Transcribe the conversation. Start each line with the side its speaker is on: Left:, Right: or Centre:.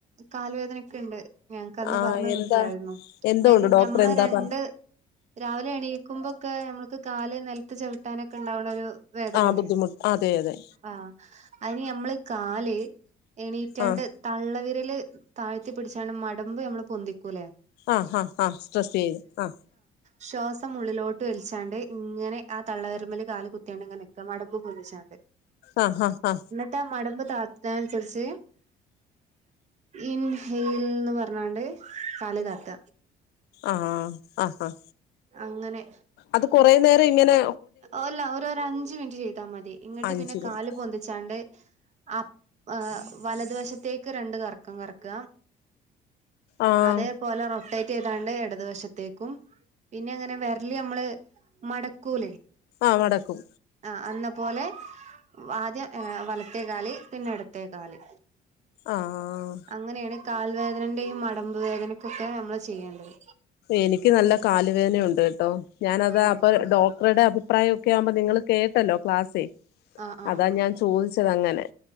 Right: കാല് വേദനക്ക്ണ്ട് ഞങ്ങക്കന്ന്
Left: ആഹ്
Right: പർഞ്ഞന്ന്ട്ട്ണ്ടായിര്ന്നു
Left: എന്താ എന്തോ
Right: അതായത്
Left: ഉണ്ട് ഡോക്ടർ
Right: ഞമ്മളെ
Left: എന്താ
Right: രണ്ട്
Left: പറ
Right: രാവിലെ എണീക്കുമ്പൊക്കെ നമ്മക്ക് കാല് നെൽത്ത് ചവ്ട്ടാനൊക്കെണ്ടാവണൊരു വേദനല്ലേ
Left: ആഹ് ബുദ്ധിമുട്ട് അതെ അതെ
Right: ആഹ് അയ്ന് നമ്മള് കാല് എണീറ്റാണ്ട്
Left: ആഹ്
Right: തള്ളവിരല് താഴ്ത്തി പിട്ച്ചാണ്ട് മടമ്പ് നമ്മള് പൊന്തിക്കൂല്ലേ
Left: ആഹ് ആഹ് ആഹ് സ്ട്രെസ്സെയ്ത് ആഹ്
Right: ശ്വാസം ഉള്ളിലോട്ട് വൽച്ചാണ്ട് ഇങ്ങനെ ആഹ് തള്ള വെരല്മ്മല് കാല് കുത്തിയാണ്ട്ങ്ങെ നി ക്ക മടമ്പ് പൊന്തിച്ചാണ്ട്
Left: അഹ് അഹ് ആഹ്
Right: ഇന്നട്ടാ മടമ്പ് താത്ത്ണേനൻസര്ച്ച് ഇൻഹൈൽന്ന് പർഞ്ഞാണ്ട് കാല് താത്ത
Left: ആഹ് അഹ് അഹ്
Right: അങ്ങനെ
Left: അത് കൊറേ നേരങ്ങനെ
Right: അല്ല ഒര് ഒരഞ്ച് മിൻറ്റ് ചെയ്താ മതി ഇന്നട്ട്
Left: അഞ്ച്
Right: പിന്നെ
Left: മിനിറ്റ്
Right: കാല് പൊന്തിച്ചാണ്ട് ആഹ് എ വലത് വശത്തേക്ക് രണ്ട് കർക്കം കർക്ക
Left: ആഹ്
Right: അതേ പോലെ റൊട്ടേറ്റെയ്താണ്ട് എടത് വശത്തേക്കും പിന്നങ്ങനെ വെര്ല് നമ്മള് മടക്കൂലേ
Left: ആഹ് മടക്കും
Right: ആഹ് അന്ന പോലെ ആദ്യം ഏഹ് വലത്തേ കാല് പിന്നെ എടത്തേ കാല്
Left: ആഹ്
Right: അങ്ങനേണ് കാൽ വേദനന്റെയും മടമ്പ് വേദനക്കൊക്കെ നമ്മള് ചെയ്യേണ്ടത്
Left: എനിക്ക് നല്ല കാല് വേനയുണ്ട് കെട്ടോ ഞാനതാ
Right: ആ
Left: അപ്പ ഡോ ക്‌ടറ്ടെ അഭിപ്രായൊക്കെ ആവുമ്പൊ നിങ്ങള് കേട്ടല്ലോ ക്ലാസ്സ്
Right: ആ ആ
Left: അതാ
Right: ആ
Left: ഞാൻ ചോദിച്ചതങ്ങനെ